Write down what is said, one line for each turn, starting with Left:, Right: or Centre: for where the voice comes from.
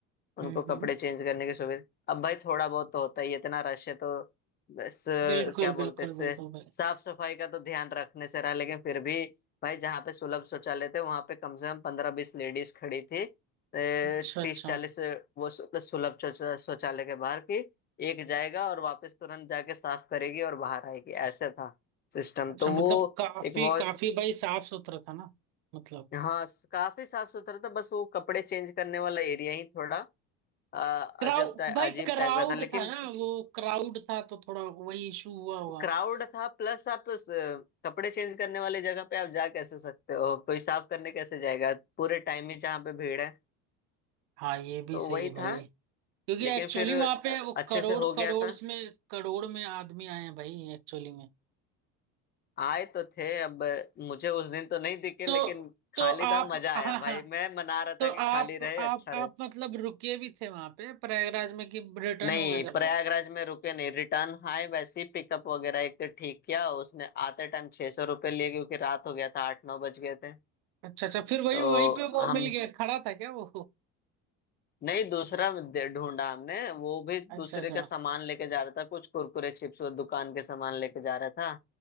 Left: उनको
Right: हम्म
Left: कपड़े
Right: हम्म
Left: चेंज करने की सुविधा अब भाई थोड़ा बहुत तो होता ही है, इतना रश है तो बस अ,
Right: बिल्कुल
Left: क्या बोलते
Right: बिल्कुल
Left: हैं, इससे
Right: बिल्कुल भाई
Left: साफ सफाई का तो ध्यान रखने से रहा लेकिन फिर भी भाई जहाँ पे सुलभ शौचालय थे वहां पे कम से कम पंद्रह बीस लेडीज खड़ी थी तीस
Right: अच्छा अच्छा
Left: चालीस वो सु- सुलभ शौचा- शौचालय के बाहर की एक जाएगा और वापस तुरंत जाके साफ करेगी और बाहर आएगी ऐसे था सिस्टम
Right: अच्छा
Left: तो
Right: मतलब
Left: वो
Right: काफी
Left: एक बहुत
Right: काफी भाई साफ सुथरा था ना मतलब
Left: हाँ काफी साफ सुथरा था बस वो कपड़े चेंज करने वाला एरिया ही थोड़ा आ, अजब
Right: क्राउड
Left: टाइप
Right: भाई
Left: अजीब
Right: क्राउड
Left: टाइप का था लेकिन
Right: था ना वो क्राउड था तो थोड़ा वही इशू हुआ हुआ
Left: क्राउड था प्लस आप उस, अ, कपड़े चेंज करने वाली जगह पे आप जा कैसे सकते हो कोई साफ करने कैसे जाएगा पूरे टाइम ही जहाँ पे भीड़ है
Right: हाँ ये भी
Left: तो
Right: सही
Left: वही
Right: है भाई
Left: था
Right: क्योंकि
Left: लेकिन
Right: एक्चुअली
Left: फिर
Right: वहां पे
Left: अ,
Right: वो
Left: अच्छे
Right: करोड़
Left: से हो गया
Right: करोड़
Left: था
Right: में करोड़ में आदमी आए हैं भाई एक्चुअली में
Left: आए तो थे अब अ, मुझे उस दिन तो नहीं दिखे
Right: तो
Left: लेकिन खाली
Right: तो आप
Left: था मजा आया
Right: हाँ
Left: भाई
Right: हाँ
Left: मैं मना रहा
Right: तो
Left: था कि
Right: आप
Left: खाली रहे
Right: आप
Left: अच्छा रहे
Right: आप मतलब रुके भी थे वहां पे प्रयागराज में कि रिटर्न
Left: नहीं
Right: हो गए सब
Left: प्रयागराज
Right: लोग
Left: में रुके नहीं रिटर्न आए वैसे ही पिकअप वगैरह एक तो ठीक किया उसने आते टाइम छह सौ रुपये लिए क्योंकि रात हो गया था आठ नौ बज गए थे
Right: अच्छा अच्छा फिर वही
Left: तो
Right: वहीं पे वो
Left: हम
Right: मिल गया खड़ा था क्या वो
Left: नहीं दूसरा दे- ढूंढा हमने वो भी
Right: अच्छा
Left: दूसरे
Right: अच्छा
Left: का सामान लेके जा रहा था कुछ कुरकुरे चिप्स और दुकान के सामान लेके जा रहा था